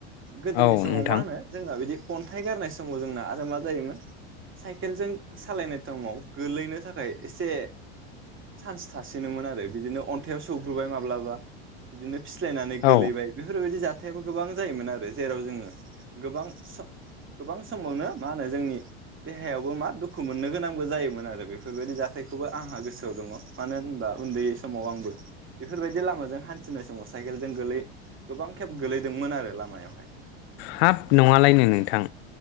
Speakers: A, on the right; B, on the left.
A: गोदोनि
B: औ
A: समाव
B: नोंथां
A: मा होनो जोंना बिदि अन्थाइ गारनाय समाव जोंना आरो मा जायोमोन साइकेलजों सालायनाय तमाव गोलैनो थाखाय एसे सान्स थासिनोमोन आरो बिदिनो अन्थाइयाव सौग्रोबाय माब्लाबा बिदिनो फिस्लायनानै गोलैबाय
B: औ
A: बेफोरबायदि जा थायाबो गोबां जायोमोन आरो, जेराव जोङो गोबां सम गोबां समावनो मा होनो? जोंनि देहायावबो मा दुखु मोननो गोनांबो जायोमोन आरो बेफोर फोरबायदि जाथायखौबो आंहा गोसोआव दङ। मानो होनबा उन्दै समाव आंबो बेफोरबायदि लामाजों हान्थिनाय समाव साइकेलजों गोलै गोबां खेब गोलैदोंमोन आरो लामायावहाय।
B: हाब नङालायनो नोंथां?